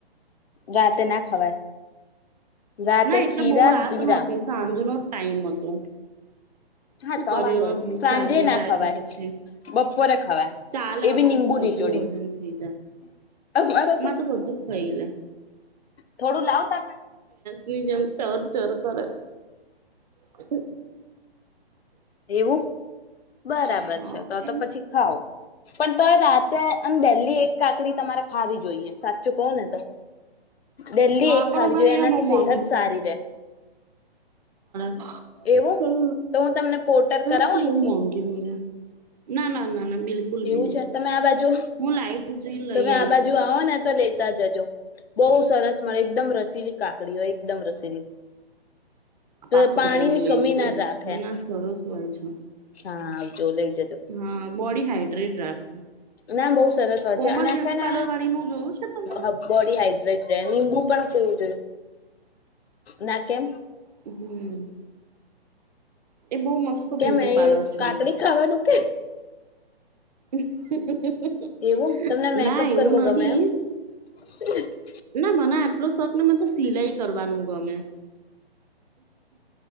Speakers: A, on the left; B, on the right.
A: રાતે ના ખવાય રાતે
B: ના એટલે
A: ખીરા
B: બહુ રાત
A: જીરા
B: નહોતી સાંજ બીજાનો ટાઈમ હતો.
A: હા
B: શું
A: તો
B: કર્યું
A: વાંધો
B: હવે ભૂખ
A: સાંજે
B: લાગી
A: ના
B: જાય
A: ખવાય
B: તો પછી
A: બપોરે ખવાય
B: ચાલે
A: એ
B: આમાં
A: બી નિબુ
B: તો બધું
A: નીચોડી
B: હજમ થઈ જાય.
A: અમારે
B: આમાં
A: તો
B: બધું ખાઈ લે
A: થોડું લાવતા
B: ની જેમ ચોર ચોર કરે ખ
A: એવું. બરાબર
B: હા
A: છે તો
B: એમ
A: તો પછી ખાાવ પણ તો રાતે અને દેલી એક કા લકડી તમારે ખાવી જોઈએ સાચું કહો ને તો દિલ્લી
B: હા
A: એક
B: પણ
A: ખાવી
B: અમારે
A: જોઈએ
B: અહિયાં
A: એનાથી
B: બહુ
A: સેહત
B: મોંઘી
A: સારી રહે.
B: હ
A: એવું
B: હે
A: તો હું તમને પોર્ટર કરાવો
B: શું
A: અહીંથી
B: બહ મોંઘી હોે ના ના ના ના બિલકુલ
A: એવું
B: બી નહી
A: છે તમે આ બાજુ
B: હું લાઈવ જઈને લઈ
A: તમે
B: આવીશ.
A: આ બાજુ આવો ને તો લેતા જજો‌. બહુ સરસ મળે એકદમ રસીલી કાકડી હોય એકદમ રસીલી તો
B: પાંચ
A: પાણી
B: રૂપિયાની
A: ની
B: લઈને
A: કમી
B: જઈશ
A: ના જ રાખેમ
B: હા ના સરસ હોય છે.
A: હા જો લઈ જજો.
B: હા બોડી હાઈડ્રેટ રાખે
A: ના બો સરસ વાત
B: કોમલ
A: છે અને
B: બ્યુટી
A: છેને
B: પાર્લર વાળી નું જોયું છે તમે?
A: અ બોડી હાઈડ્રેટ રહેંબુ પણ પીવું જોઈએ ના કેમ
B: હમ એ બો મસ્ત બ્યુટી
A: કેમ એ
B: પાર્લર છે
A: કાકડી ખાવાનું કે
B: <unintelligible>
A: એવું તમને મેકઅપ
B: ના એવું
A: કરવો
B: નથી
A: ગમે એમ <inaudible>
B: ના મને આટલો શોખ ને મને તો સિલાઈ કરવાનું ગમે